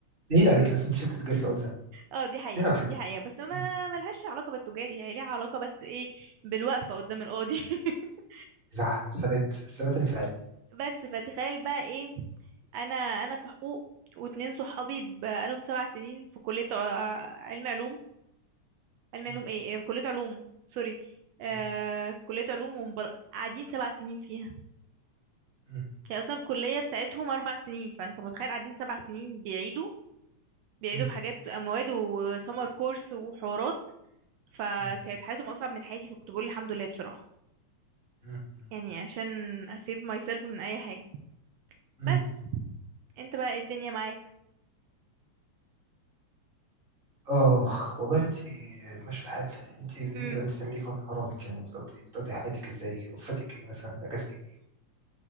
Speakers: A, on the right; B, on the right.
A: نيل عليك بس أنت شلت تجاري في أول سنة
B: اه دي حقيقة
A: نيل على خيبتك
B: دي حقيقة بس ما
A: مم.
B: ملهاش علاقة بالتجاري هي ليها علاقة بس ايه بالوقفة قدام القاضي <laughs>
A: صح ثبات ثبات انفعالي
B: بس فتخيل بقى ايه انا انا في حقوق واتنين صحابي بقالهم سبع سنين في كلية ع- علم علوم علم
A: مم.
B: علوم ايه إيه، كلية علوم سوري آه
A: مم.
B: كلية علوم ومبر... قاعدين سبع سنين فيها
A: مم.
B: هي اصلا الكلية بتاعتهم اربع سنين فانت متخيل قاعدين سبع سنين بيعيدوا بيعيدوا
A: مم.
B: في حاجات مواد وسمر كورس وحوارات فكانت
A: مم.
B: حياتهم اصعب من حياتي فكنت بقول الحمد لله بصراحة
A: مم.
B: يعني عشان اسيب ماي سيلف من اي حاجة
A: مم.
B: بس انت بقى ايه الدنيا معاك
A: آه والله يا بنتي ماشي الحال أنت قولي
B: امم
A: لي بقى أنت بتعملي إيه في وقت فراغك يعني بتقضي بتقضي حياتك إزاي؟ وقفتك إيه مثلا؟ أجازتك إيه؟